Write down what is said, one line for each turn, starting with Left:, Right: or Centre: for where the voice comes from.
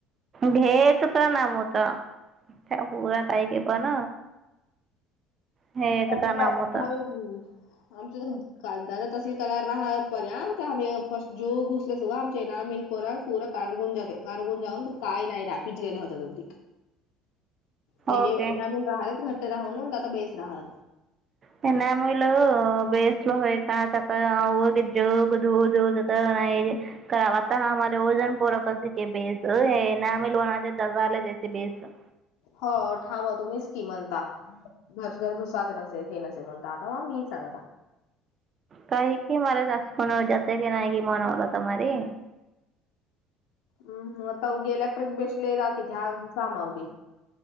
Right: भेटत ना मोत त्या पुरा काही पण हे
Left: काय
Right: तर
Left: की
Right: नाम
Left: आता
Right: होता
Left: हवे ग आमच कांदा तर तसे कयला राहत पर्य आम आम्ही जो घुसले सो आमच्या येणार पोरा पुरा करगून जाते कारगून जाऊन काय नाही रापीच गेलं होत अगदी ते
Right: ओके
Left: येनामीन राहलेच घट्ट राहूून आता बेस राहणार
Right: त्यांना मुलं बेसलं होय का त्या जधू धूत नाही. करा आता आम्हाला वजन पोरके क बेस हे ना आमही लनाचे दजारले त्या बेस <unintelligible>
Left: हो ठाव तुम्हीच की म्हणता घर घर घुसात नसे हे नसे म्हणता आता म मी सांगता.
Right: का की मला तस् कोन टास्क नाही की मन होल तमारी
Left: हम्म मत्वी एलेक्ट्रिक बेसल एकाकतित ह सामावगी.